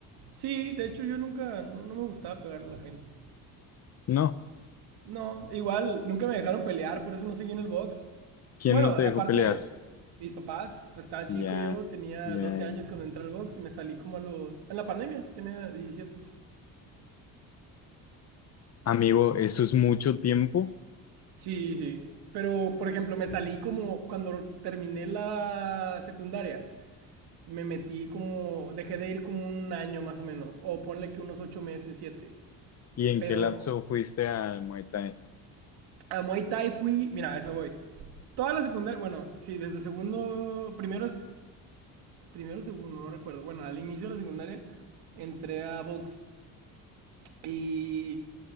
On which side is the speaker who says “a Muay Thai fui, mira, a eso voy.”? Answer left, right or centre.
Right